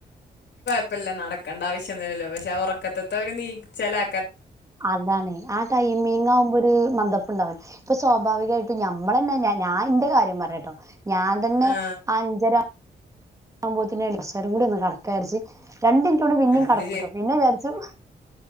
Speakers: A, on the left; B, on the right.
A: ഇപ്പല്ല നടക്കണ്ട ആവശ്യം ഒന്നുല്ലല്ലോ പഷെ ആ ഒറക്കത്ത്ത്തേ ഒരു നീച്ചലാ
B: അതാണ്ആ ടൈമിങ്ങാവുമ്പൊര് മന്ദപ്പുണ്ടാവും ഇപ്പൊ സ്വാഭാവികായ്ട്ട് ഞമ്മളന്നെ ഞാൻന്റെ കാര്യം പറയാട്ടോ ഞാൻ തന്നെ
A: ആ
B: അഞ്ചര ആവുമ്പത്തിന് എണീച്ചാലും കൂടി ഒന്ന് കടക്ക വിരിച്ച് രണ്ടിൻറ്റൂടി പിന്നേം
A: അത്
B: കടക്കൂട്ടോ പിന്നെ വിചാരിച്ചു